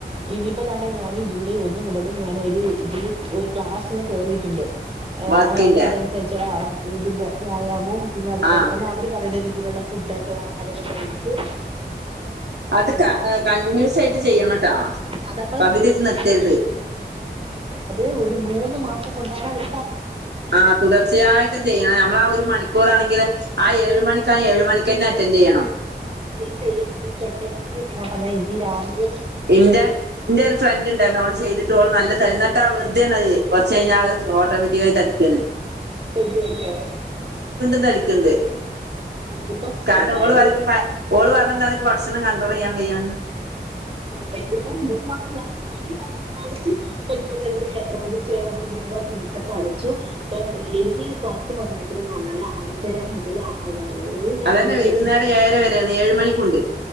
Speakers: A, on the right; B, on the right.
A: ഇനിപ്പതാണ്ടെ ഞാനീ.... ജൂലൈ ഒന്ന് മുതൽ ഞാനൊര് ഇതില് ഒര് ക്ലാസില് കയറീട്ടുണ്ട്. എ
B: വർക്കിന്റെ
A: അവരതൻസരിച്ചുള്ള അതനുസരിച്ചുള്ള ആവർതീദിന്റെ വ്യാമം പിന്നതുപോലെന്നെ
B: ആഹ്
A: അവര് പറയുന്ന രീതീലുള്ള ഫുഡൊക്കെ ആഹാരൊക്കെകഴിച്ച് <inaudible>
B: അത് കണ്ടിന്യൂസ് ആയിട്ട് ചെയ്യണംട്ടാ
A: അതാപ്പോ
B: പകുതി
A: ചെയ്യ
B: വെച്ച് നിർത്തരുത്
A: അതപ്പ അതേ ഒരു മൂന്ന് മാസം കൊണ്ടാണ് അവർ
B: ആ തുടർച്ചയായിട്ടുംചെയ്യണം ഞമ്മളാവൊരുമണിക്കൂറാണെങ്കിലും ആ ഏഴ്മണി ക്കാഏഴ്മണിക്കെന്നറ്റൻന്റെയ്യണം
A: ആ അതിപ്പ ഏഴ്മണിക്കല്ലെ എനിക്ക് ഞാ പറഞേ... രാവിലേ...
B: ഇന്റെ ഇന്റൊരു ഫ്രണ്ട്ണ്ടാർന്നു ഓള് ചെയ്തിട്ടോഓള് നല്ല തരിനട്ടാ.. വെറ്തേണത് കുറച്ചയ്ഞാ... അത് ഓട്ടോമെറ്റിക്കായി തടിക്കാണ്
A: പരിവല്ലേ....
B: ന്താരിക്കിണ്ട്
A: ഇതിപ്പോ
B: കാരണം
A: എന്തായാലും
B: ഓളറയുംക്ക്
A: ഒരു
B: പൈ ഓള്പറഞ്ഞെന്താണ് ഇക്ക് ഭക്ഷണം ക കണ്ട്രോള്യ്യാ വയ്യാന്ന്
A: ആ ഇത്പ്പം മൂന്ന്മാസം ഞാനെന്താലുംവന്ന് വിചാരിച്ച് ദെ അദ് ചെയ്യാവേണ്ടിട്ടാണ് ഫീസൊക്കടച്ചു പ്പൊ എനിക്ക്ക്ലാസ്സ്‌വന്നേക്ക്ന്നെ പറഞ്ഞാല് അഞ്ചരാ മുതല് ആറര വരെ അതായത് രാവിലെ
B: അതെന്നെ വൈകുന്നേര
A: വെളുപ്പിനെ
B: ഏഴരവരെയാണ് ഏഴ്മണിക്കൂണ്ട്.